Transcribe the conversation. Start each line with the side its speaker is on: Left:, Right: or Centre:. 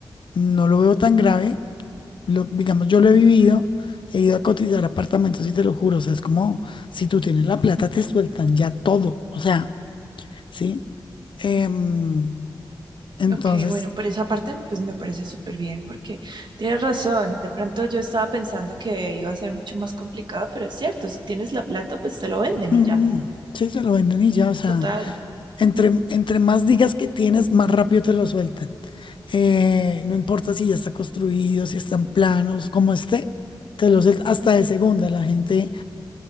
Left: no lo veo tan grave, lo- digamos, yo lo he vivido, he ido a cotizar apartamentos y te lo juro, o sea, es como si tú tienes la plata, te sueltan ya todo, o sea, ¿sí? Em, entonces...
Right: Ok, bueno, por esa parte pues me parece súper bien porque tienes razón, de pronto yo estaba pensando que iba a ser mucho más complicado, pero es cierto, si tienes la plata pues te lo venden
Left: Mm,
Right: y ya,
Left: sí, se lo venden y ya, o sea,
Right: total,
Left: entre, entre más digas que tienes, más rápido te lo sueltan. Eh, no importa si ya está construido, si están planos, como esté, te lo sueltan hasta de segunda. La gente